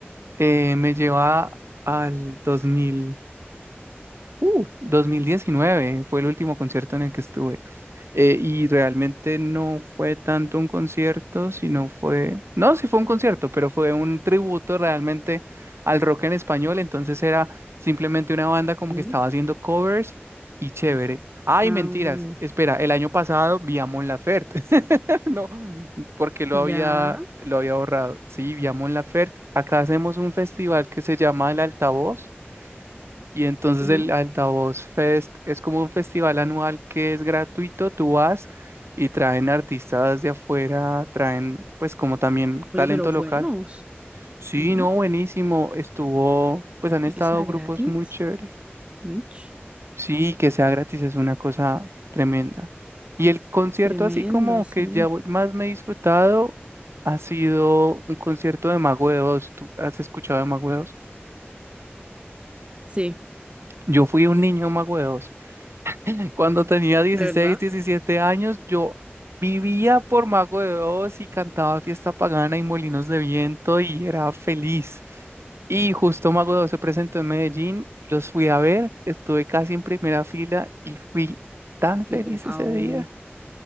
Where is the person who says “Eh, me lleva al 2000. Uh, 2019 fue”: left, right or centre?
Right